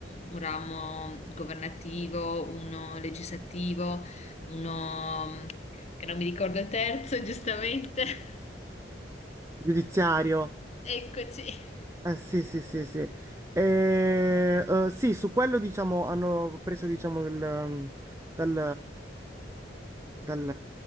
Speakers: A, on the left (about 35°); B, on the right (about 15°).
A: un ramo governativo, uno legislativo, uno mh, che non mi ricordo il terzo, giustamente. <laughs>
B: giudiziario.
A: Eccoci.
B: Eh, sì, sì, sì, sì. E, eh, sì, su quello diciamo, hanno preso diciamo, il, mm, dal, dal,